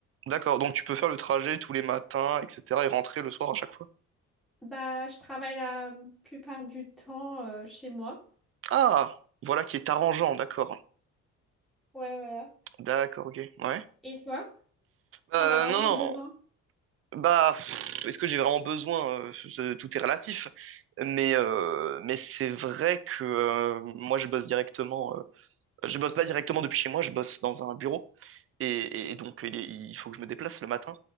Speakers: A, on the right (about 50°); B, in the centre.
A: D'accord, donc tu peux faire le trajet tous les matins, etc., et rentrer le soir à chaque fois.
B: Bah, je travaille la plupart du temps, euh, chez moi.
A: Ah, voilà qui est arrangeant, d'accord.
B: Ouais, voilà.
A: D'accord, ok, ouais.
B: Et toi?
A: Euh,
B: T'en as vraiment
A: non, non,
B: besoin?
A: bah, pff, est-ce que j'ai vraiment besoin? euh, ce- tout est relatif. Mais, euh, mais c'est vrai que euh, moi, je bosse directement. euh, je bosse pas directement depuis chez moi, je bosse dans un bureau. Et, et donc, il, est- il faut que je me déplace le matin.